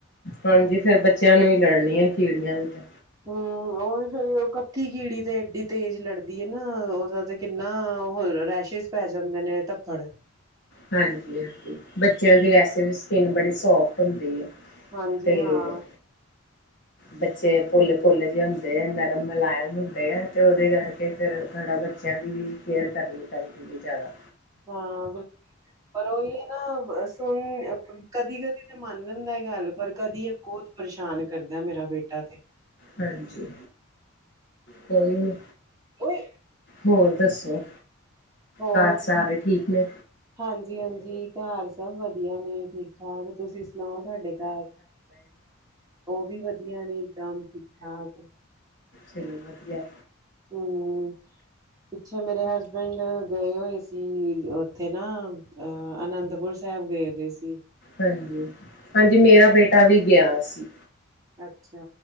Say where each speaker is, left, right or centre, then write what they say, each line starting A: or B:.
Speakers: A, on the left (about 55°); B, on the right (about 15°).
A: ਹਾਂਜੀ ਫੇਰ ਬੱਚਿਆਂ ਨੂੰ ਵੀ ਲੜਨੀ ਆ ਕੀੜੀਆਂ ਵੀ ਤੇ।
B: ਹਾਂ। ਉਹ ਵੀ ਫਿਰ ਉਹ ਕੱਕੀ ਕੀੜੀ ਤੇ ਏਡੀ ਤੇਜ਼ ਲੜਦੀ ਹੈ ਨਾ ਉਹਦਾ ਤੇ ਕਿੰਨਾ ਉਹ ਰੈਸ਼ਿਸ। ਪੈ ਜਾਂਦੇ ਨੇ ਧੱਪੜ।
A: ਹਾਂਜੀ ਹਾਂਜੀ ਬੱਚਿਆਂ ਦੀ ਵਸੇ ਵੀ ਸਕਿੰਨ ਬੜੀ ਸੋਫਟ ਹੁੰਦੀ ਆ।
B: ਹਾਂਜੀ
A: ਤੇਹੀ
B: ਹਾਂ
A: ਹੈ। ਬੱਚੇ ਪੋਲੇ ਪੋਲੇ ਜ ਹੁੰਦੇ ਆ ਨਰਮ ਮੁਲਾਇਮ ਹੁੰਦੇ ਆ ਤੇ ਉਹਦੇ ਕਰਕੇ ਫਿਰ ਥੋੜ੍ਹਾ ਬ। ਬੱਚਿਆਂ ਦੀ ਵੀ ਕੇਅਰ ਕਰਨੀ ਚਾਹੀਦੀ ਹੈ ਜ਼ਿਆਦਾ।
B: ਹਾਂ ਬੁ ਪਰ ਉਹੀ ਹੈ ਨਾ ਸੁਣ। ਕਦੀ ਕਦੀ ਤੇ ਮੰਨ ਲੈਂਦਾ ਗੱਲ ਪਰ ਕਦੀ ਇਹ ਬਹੁਤ ਪਰੇਸ਼ਾਨ ਕਰਦਾ ਮੇਰਾ ਬੇਟਾ ਤੇ।
A: ਹਾਂਜੀ ਕੋਈ ਨੀ
B: ਓਏ
A: ਹੋਰ ਦੱਸੋ।
B: ਹੋਰ।
A: ਘਰ ਸਾਰੇ ਠੀਕ ਨੇ
B: ਹਾਂਜੀ ਹਾਂਜੀ ਘਰ ਸਭ ਵਧੀਆ ਨੇ ਠੀਕ ਠਾਕ ਤੁਸੀਂ ਸੁਣਾਓ ਤੁਹਾਡੇ ਘਰ ਉਹ ਵੀ ਵਧੀਆ ਨੇ ਇਕਦਮ ਠੀਕ ਠਾਕ
A: ਚਲੋ ਵਧੀਆ।
B: ਹਮ। ਪਿੱਛੇ ਮੇਰੇ ਹਸਬੈਂਡ ਗਏ ਹੋਏ ਸੀ ਉੱਥੇ ਨਾ ਅਹ ਅਨੰਦਪੁਰ ਸਾਹਿਬ ਗਏ ਦੇ ਸੀ।
A: ਹਾਂਜੀ ਹਾਂਜੀ ਮੇਰਾ
B: ਹੂੰ
A: ਬੇਟਾ ਵੀ ਗਿਆ ਸੀ।
B: ਅੱਛਾ।